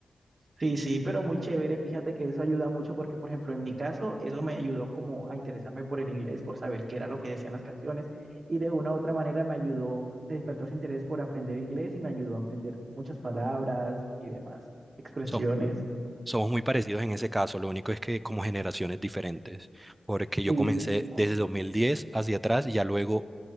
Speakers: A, on the right; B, on the right.
A: Sí, sí, pero muy chévere. Fíjate que eso ayuda mucho porque, por ejemplo, en mi caso, eso me ayudó como a interesarme por el inglés, por saber qué era lo que decían las canciones. Y de una u otra manera me ayudó, me despertó ese interés por aprender inglés y me ayudó a aprender muchas palabras y demás, expresiones.
B: Som- somos muy parecidos en ese caso, lo único es que como generaciones diferentes, porque yo
A: Sí,
B: comencé
A: sí, sí,
B: desde 2010 hacia atrás y ya luego